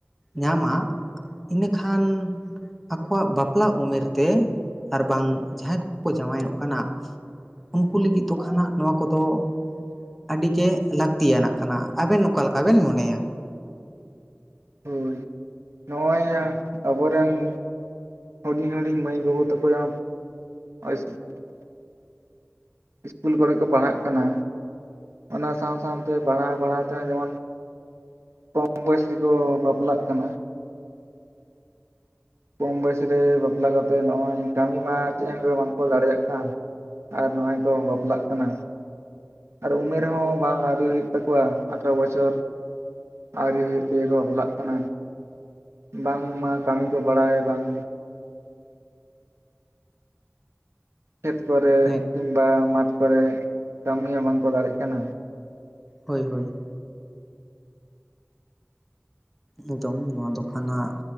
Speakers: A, in the centre; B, on the right.
A: ᱧᱟᱢᱟ ᱤᱱᱟᱹ ᱠᱷᱟᱱ ᱟᱠᱚᱣᱟᱜ ᱵᱟᱯᱞᱟ ᱩᱢᱮᱨ ᱛᱮ, ᱟᱨ ᱵᱟᱝ ᱡᱟᱦᱟᱸᱭ ᱠᱚ ᱠᱚ ᱡᱟᱸᱣᱟᱭᱚᱜ ᱠᱟᱱᱟᱜ ᱩᱱᱠᱩ ᱞᱟᱹᱜᱤᱫ ᱫᱚ ᱠᱷᱟᱱᱟᱜ ᱦᱟᱸᱜ ᱱᱚᱣᱟ ᱠᱚᱫᱚ ᱟᱹᱰᱤ ᱜᱮ ᱞᱟᱹᱠᱛᱤᱭᱟᱱᱟᱜ ᱠᱟᱱᱟ, ᱟᱵᱮᱱ ᱚᱠᱟ ᱞᱮᱠᱟ ᱵᱮᱱ ᱢᱚᱱᱮᱭᱟ᱾
B: ᱦᱳᱭ ᱱᱚᱜᱼᱚᱭ ᱟᱵᱚᱨᱮᱱ ᱦᱩᱰᱤᱧ ᱦᱩᱰᱤᱧ ᱢᱟᱹᱭ ᱵᱟᱹᱵᱩ ᱛᱟᱠᱚ <unintelligible> ᱤᱥᱠᱩᱞ ᱠᱚᱨᱮ ᱠᱚ ᱯᱟᱲᱦᱟᱜ ᱠᱟᱱᱟ, ᱚᱱᱟ ᱥᱟᱣ ᱥᱟᱣ ᱛᱮ ᱯᱟᱲᱦᱟᱣ ᱵᱟᱲᱦᱟᱣ ᱛᱮᱦᱚᱸ ᱡᱮᱢᱚᱱ ᱠᱚᱢ ᱵᱚᱭᱮᱥ ᱨᱮᱠᱚ ᱵᱟᱯᱞᱟᱜ ᱠᱟᱱᱟ᱾ ᱠᱚᱢ ᱵᱚᱭᱮᱥ ᱨᱮ ᱵᱟᱯᱞᱟ ᱠᱟᱛᱮᱜ ᱱᱚᱜᱚᱭ ᱠᱟᱹᱢᱤ ᱢᱟ ᱪᱮᱫ ᱮᱢ ᱨᱮ ᱵᱟᱝᱠᱚ ᱫᱟᱲᱮᱭᱟᱜ ᱠᱟᱱ᱾ ᱟᱨ ᱱᱚᱜᱼᱚᱭ ᱠᱚ ᱵᱟᱯᱞᱟᱜ ᱠᱟᱱᱟ᱾ ᱟᱨ ᱩᱢᱮᱨ ᱦᱚᱸ ᱵᱟᱝ ᱟᱹᱣᱨᱤ ᱦᱩᱭᱩᱜ ᱛᱟᱠᱚᱣᱟ, ᱟᱴᱷᱟᱨᱚ ᱵᱚᱪᱷᱚᱨ ᱟᱹᱣᱨᱤ ᱦᱩᱭᱩᱜ ᱛᱮᱜᱮ ᱠᱚ ᱵᱟᱯᱞᱟᱜ ᱠᱟᱱᱟ᱾ ᱵᱟᱝᱢᱟ ᱠᱟᱹᱢᱤ ᱠᱚ ᱵᱟᱲᱟᱭ ᱵᱟᱝ ᱠᱷᱮᱛ ᱠᱚᱨᱮᱜ
A: ᱦᱮᱸ
B: ᱠᱤᱢᱵᱟ ᱢᱟᱴᱷ ᱠᱚᱨᱮᱜ ᱠᱟᱹᱢᱤ ᱦᱚᱸ ᱵᱟᱝ ᱠᱚ ᱫᱟᱲᱮᱜ ᱠᱟᱱᱟ᱾
A: ᱦᱳᱭ-ᱦᱳᱭ᱾ ᱮᱠᱫᱚᱢ ᱱᱚᱣᱟ ᱫᱚ ᱠᱷᱟᱱ ᱦᱟᱸᱜ